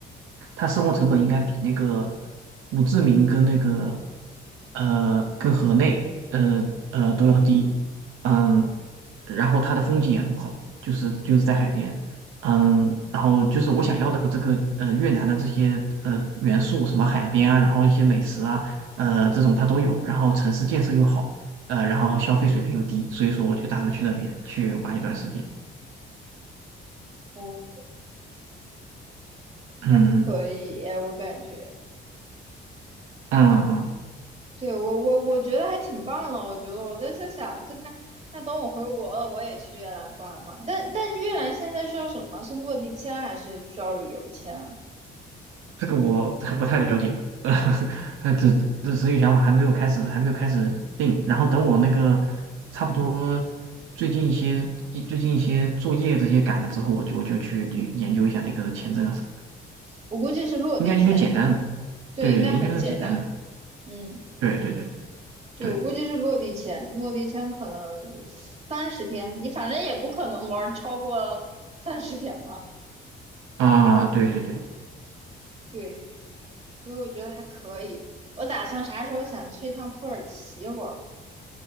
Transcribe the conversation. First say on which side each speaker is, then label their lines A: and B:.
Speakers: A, on the right; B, on the right.
A: 他生活成本应该比那个胡志明跟那个呃跟河内呃呃都要低，嗯，然后它的风景也很好，就是就是在海边，嗯，然后就是我想要的这个呃越南的这些呃元素，什么海边啊，然后一些美食啊，呃这种它都有，然后城市建设又好，呃，然后消费水平又低，所以说我就打算去那边去玩一段时间，
B: 哦，
A: 嗯
B: 还可以，我感觉。
A: 嗯嗯。
B: 对，我我我觉得还挺棒的，我觉得我在在想，真的，那等我回国了，我也去越南逛一逛。但但越南现在需要什么？是落地签还是需要旅游签啊？
A: 这个我还不太了解，<laughs> 呃，这这所以想法还没有开始，还没有开始定。然后等我那个差不多最近一些一最近一些作业这些赶了之后，我就我就去理研究一下那个签证啊什么的，
B: 我估计是落地签，
A: 应该应该简单的，
B: 对，
A: 对对对，
B: 应该很简单。
A: 应该是简单的，
B: 嗯，
A: 对对对
B: 对，
A: 对
B: 我估计是落地签，落地签可能三十天，你反正也不可能玩超过三十天吧？
A: 啊，对对对，
B: 对，所以我觉得还可以。我打算啥时候想去一趟土耳其玩。